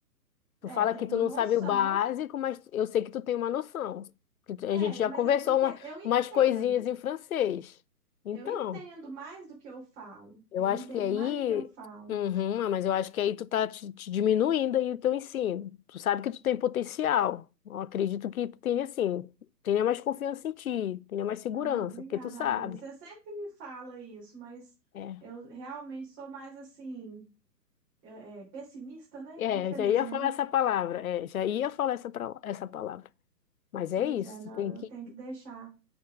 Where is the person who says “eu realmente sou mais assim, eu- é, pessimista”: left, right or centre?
Right